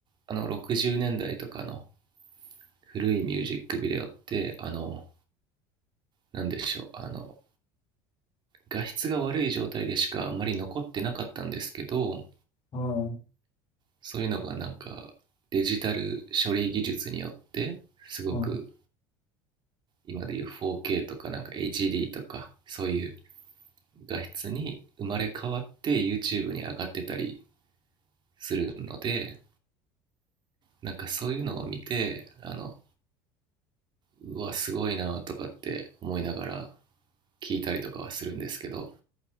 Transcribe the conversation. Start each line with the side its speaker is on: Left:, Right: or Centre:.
Right: あの60年代とかの古いミュージックビデオって、あの、なんでしょう、あの、画質が悪い状態でしかあんまり残ってなかったんですけど、
Left: はい、
Right: そういうのがなんかデジタル処理技術によってすごく
Left: はい、
Right: 今でいう 4K とかなんか HD とかそういう画質に生まれ変わって YouTube に上がってたりするのでなんかそういうのを見てあのうわすごいなとかって思いながら聞いたりとかはするんですけど